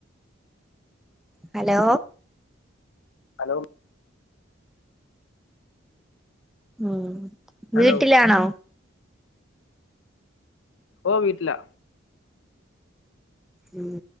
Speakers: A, in the centre; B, on the left.
A: ഹലോ
B: ഹലോ
A: ഉം
B: ഹലോ
A: വീട്ടിലാണോ
B: ഓ വീട്ടിലാ
A: ഉം